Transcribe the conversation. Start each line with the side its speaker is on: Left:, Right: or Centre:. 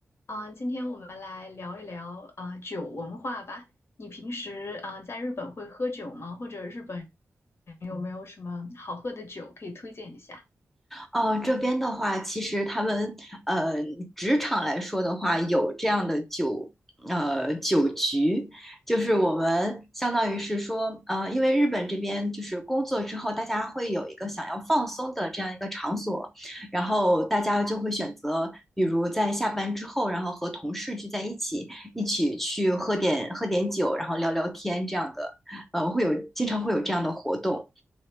Left: 啊，今天我们来聊一聊啊酒文化吧。你平时啊在日本会喝酒吗？或者日本有没有什么好喝的酒可以推荐一下？
Centre: 哦，这边的话，其实他们呃，职场来说的话，有这样的酒呃酒局，就是我们相当于是说，呃，因为日本这边就是工作之后，大家会有一个想要放松的这样一个场所，然后大家就会选择，比如在下班之后，然后和同事聚在一起，一起去喝点喝点酒，然后聊聊天这样的，呃，会有经常会有这样的活动，